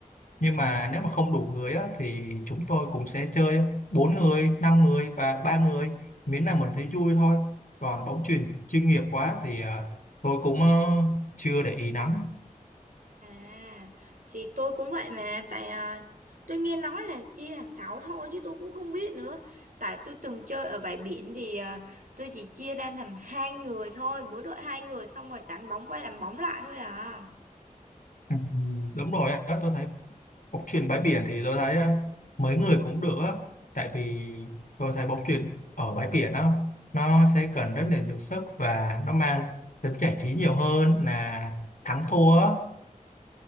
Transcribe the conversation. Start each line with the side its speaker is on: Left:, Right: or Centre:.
Left: nhưng mà nếu mà không đủ người á, thì chúng tôi cũng sẽ chơi bốn người 5 người và ba người miễn là mình thấy vui thôi còn bóng chuyền chuyên nghiệp quá thì ờ, tôi cũng ờ, chưa để ý lắm
Right: À, thì tôi cũng vậy mà, tại à, tôi nghe nói là chia thành 6 thôi chứ tôi cũng không biết nữa. Tại tôi từng chơi ở bãi biển thì à, tôi chỉ chia ra làm hai người thôi, mỗi đội hai người xong rồi đánh bóng qua đánh bóng lại thôi à.
Left: Ừ, đúng rồi á, tôi thấy bóng chuyền bãi biển thì tôi thấy á, mấy người cũng được á tại vì tôi thấy bóng chuyền ở bãi biển á nó sẽ cần rất là nhiều sức và nó mang tính giải trí nhiều hơn là thắng thua á.